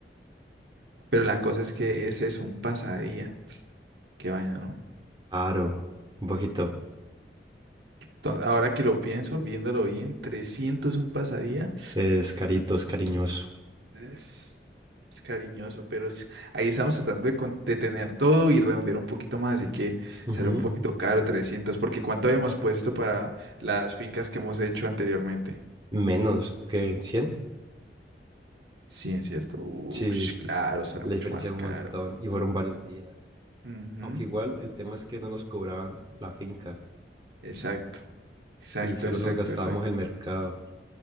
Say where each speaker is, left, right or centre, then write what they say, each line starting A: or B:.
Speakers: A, on the right; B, on the right.
A: Pero la cosa es que es eso, un pasadía. Qué vaina, ¿no?
B: Caro, un poquito.
A: To- Ahora que lo pienso, viéndolo bien, 300 un pasadía
B: Es carito, es cariñoso.
A: es, es cariñoso, pero es- ahí estamos tratando de, con- de tener todo y redondear un poquito más, así que
B: Ujú.
A: sale un poquito caro 300 porque ¿cuánto habíamos puesto para las fincas que hemos hecho anteriormente?
B: Menos que en cien
A: Sí, es cierto. Uy,
B: Sí.
A: claro, sale
B: La
A: mucho
B: diferencia
A: más
B: es
A: caro.
B: un montón y fueron varios días.
A: Ujú,
B: Aunque igual el tema es que no nos cobraban la finca
A: Exacto, exacto,
B: y solo
A: exacto,
B: nos gastábamos
A: exacto.
B: el mercado.